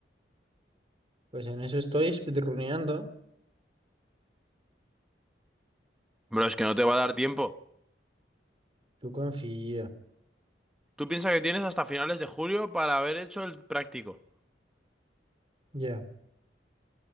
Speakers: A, on the right; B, in the centre.
A: Pues en eso estoy speedruneando.
B: Bro, es que no te va a dar tiempo.
A: Tú confía.
B: Tú piensas que tienes hasta finales de julio para haber hecho el práctico.
A: Ya,